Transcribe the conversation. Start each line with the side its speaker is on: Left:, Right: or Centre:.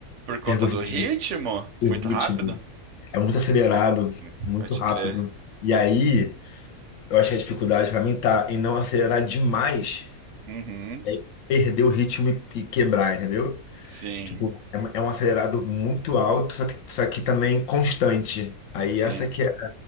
Right: por conta
Left: pega o ritmo.
Right: do ritmo,
Left: O
Right: muito
Left: ritmo
Right: rápido?
Left: é muito acelerado,
Right: Muito-
Left: muito
Right: Pode
Left: rápido.
Right: crer.
Left: E aí eu acho que a dificuldade pra mim tá em não acelerar demais
Right: Uhum,
Left: e aí perder o ritmo e, e quebrar, entendeu?
Right: sim,
Left: Tipo, é, um é um acelerado muito alto, só que, só que também constante. Aí
Right: sim.
Left: essa que é,